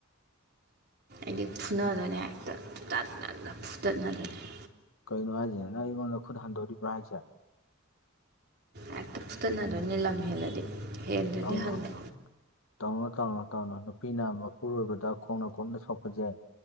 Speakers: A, on the right; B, on the left.
A: ꯑꯩꯗꯤ ꯐꯨꯅꯗꯣꯏꯅꯤ ꯍꯦꯛꯇ ꯇꯠꯅꯅ ꯐꯨꯇꯠꯅꯗꯣꯏꯅꯤ
B: ꯀꯩꯅꯣ ꯍꯥꯏꯁꯦꯅꯦ ꯅꯪ ꯑꯩꯉꯣꯟꯗ ꯈꯨꯠ ꯍꯟꯗꯣꯔꯤꯕ꯭ꯔꯥ ꯍꯥꯏꯁꯦ
A: ꯍꯦꯛꯇ ꯐꯨꯇꯠꯅꯗꯣꯏꯅꯦ ꯂꯝ ꯍꯦꯜꯂꯗꯤ ꯍꯦꯟꯗ꯭ꯔꯗꯤ
B: ꯇꯧꯅꯨ
A: ꯍꯪꯗꯦ
B: ꯇꯧꯅꯣ ꯇꯧꯅꯣ ꯇꯧꯅꯣ ꯅꯨꯄꯤꯅ ꯃꯄꯨꯔꯣꯏꯕꯗ ꯈꯣꯡꯅ ꯈꯣꯞꯅ ꯁꯣꯛꯄꯖꯦ